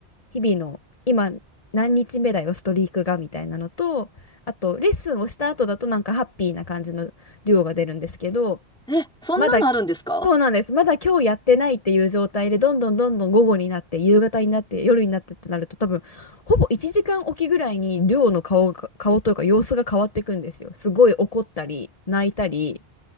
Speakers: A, on the left; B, in the centre.
A: 日々の今何日目だよ、ストリークがみたいなのと、あとレッスンをした後だとなんかハッピーな感じのデュオが出るんですけど、
B: え、そんなのあるんですか
A: まだ、そうなんです。まだ今日やってないっていう状態で、どんどんどんどん午後になって、夕方になって、夜になってってなると、多分、ほぼ1時間おきぐらいに、亮の顔が、顔というか様子が変わっていくんですよ。すごい怒ったり、泣いたり、